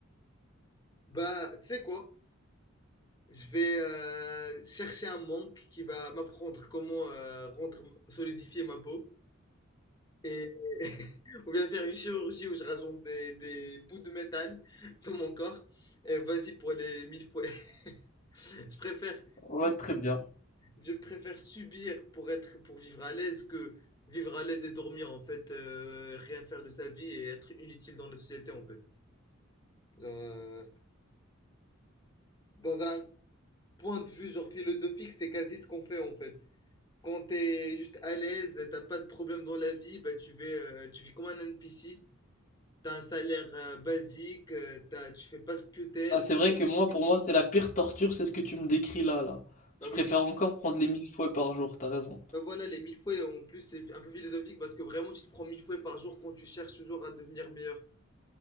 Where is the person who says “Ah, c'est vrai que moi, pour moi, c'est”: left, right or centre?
Left